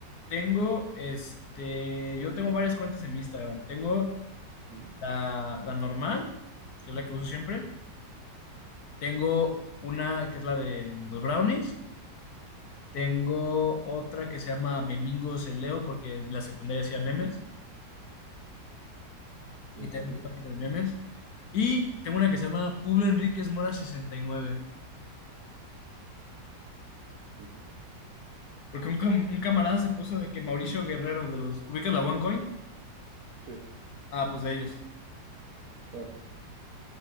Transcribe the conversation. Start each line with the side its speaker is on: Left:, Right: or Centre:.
Left: tengo, este, yo tengo varias cuentas en mi Instagram. Tengo
Right: Ujú,
Left: la, la normal, que es la que uso siempre. Tengo una que es la de los brownies. Tengo otra que se llama Memingos el Leo, porque en la secundaria hacía memes
Right: ¿Tiene
Left: y tengo
Right: sentido?
Left: mi página de memes. Y tengo una que se llama Pablo Enríquez Mora 69,
Right: ¿Por qué?
Left: porque un, cam- un camarada se puso de que Mauricio Guerrero de los... ¿Ubicas la OneCoin?
Right: Sí.
Left: Ah, pues de ellos.
Right: Ah,